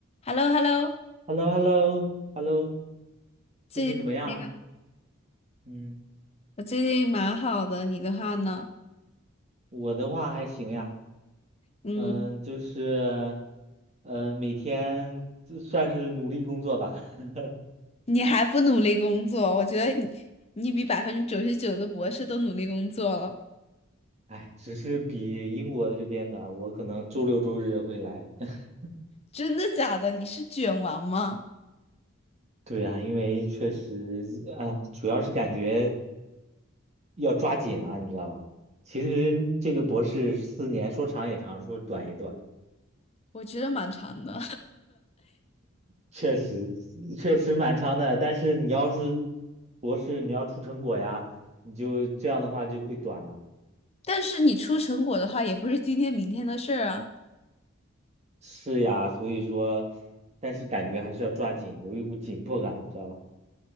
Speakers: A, on the left (about 30°); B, on the right (about 35°).
A: h e l l o h e l l o
B: h e l l o h e l l o h e l l o
A: 最近那个
B: 最近怎么样？嗯，
A: 我最近蛮好的，你的话呢？
B: 我的话还行呀，
A: 嗯，
B: 嗯，就是，呃，每天就算是努力工作吧，<laughs>
A: 你还不努力工作？我觉得你，你比百分之九十九的博士都努力工作了，
B: 哎，只是比英国这边的，我可能周六周日会来。<laughs>
A: 真的假的？你是卷王吗？
B: 对啊，因为确实啊，主要是感觉要抓紧了，你知道吧？其实这个博士四年说长也长，说短也短。
A: 我觉得蛮长的，
B: 确实确实蛮长的，但是你要是博士，你要出成果呀，你就这样的话就会短了。
A: <laughs> 但是你出成果的话，也不是今天明天的事儿啊。
B: 是呀，所以说，但是感觉还是要抓紧，有一股紧迫感，你知道吧？